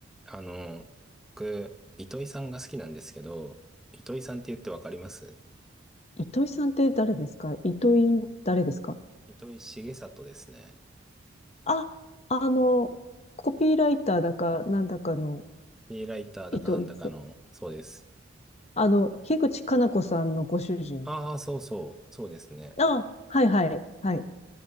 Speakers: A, in the centre; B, on the left.
A: あの、僕、糸井さんが好きなんですけど、糸井さんって言ってわかります
B: 糸井さんって誰ですか糸井誰ですか
A: 糸井重里ですね。
B: あ、あの、コピーライターだか、なんだかの
A: フリーライターだかなんだかの、
B: 糸井さん。
A: そうです。
B: あの、樋口かな子さんのご主人。
A: ああ、そうそう、そうですね。
B: あ、はいはい、はい。